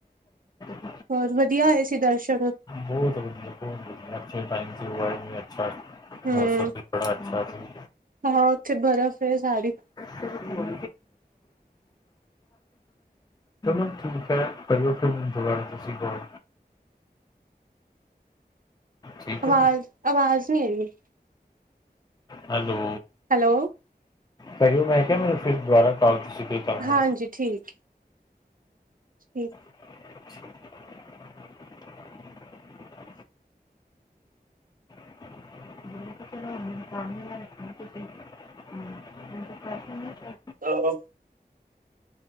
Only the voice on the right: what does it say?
ਹੋਰ ਵਧੀਆ ਹੋਏ ਸੀ ਦਰਸ਼ਨ
ਹਮ
ਹਾਂ ਉੱਥੇ ਬਰਫ਼ ਹੈ ਸਾਰੀ
ਆਵਾਜ਼
ਆਵਾਜ਼ ਨਹੀਂ ਹੈਗੀ
ਹੈਲੋ
ਹਾਂਜੀ
ਠੀਕ ਠੀਕ
ਆਹ